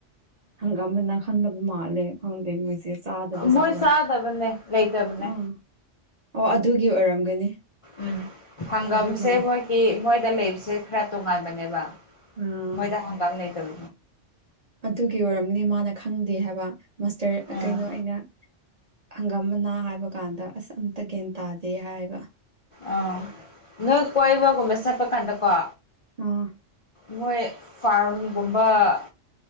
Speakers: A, on the right; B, on the left.
A: ꯍꯪꯒꯥꯝ ꯃꯅꯥ ꯈꯪꯗꯕ ꯃꯥꯜꯂꯦ ꯈꯪꯗꯦ ꯃꯣꯏꯁꯦ ꯆꯥꯗꯕ
B: ꯃꯣꯏ
A: ꯖꯥꯠꯂꯥ
B: ꯆꯥꯗꯕꯅꯦ ꯂꯩꯇꯕꯅꯦ
A: ꯑꯥ ꯑꯣ ꯑꯗꯨꯒꯤ ꯑꯣꯏꯔꯝꯒꯅꯤ
B: ꯎꯝ ꯍꯪꯒꯥꯝꯁꯦ
A: ꯑꯗꯨꯒꯤꯅꯤ
B: ꯃꯣꯏꯒꯤ ꯃꯣꯏꯗ ꯂꯩꯕꯁꯦ ꯈꯔ ꯇꯣꯉꯥꯟꯕꯅꯦꯕ
A: ꯑꯥ
B: ꯃꯣꯏꯗ ꯍꯪꯒꯥꯝ ꯂꯩꯇꯝ
A: ꯑꯗꯨꯒꯤ ꯑꯣꯏꯔꯝꯅꯤ ꯃꯥꯅ ꯈꯪꯗꯦ ꯍꯥꯏꯕ ꯃꯥꯁꯇꯔ
B: ꯎꯝ
A: ꯀꯩꯅꯣ ꯑꯩꯅ ꯍꯪꯒꯥꯝ ꯃꯅꯥ ꯍꯥꯏꯕ ꯀꯥꯟꯗ ꯑꯁ ꯑꯝꯇ ꯒ꯭ꯌꯥꯟ ꯇꯥꯗꯦ ꯍꯥꯏꯌꯦꯕ
B: ꯑ ꯅꯣꯏ ꯀꯣꯏꯕ ꯀꯨꯝꯕ ꯆꯇꯄꯀꯥꯟꯗꯀꯣ
A: ꯑꯥ
B: ꯃꯣꯏ ꯐꯥꯔꯝꯒꯨꯝꯕ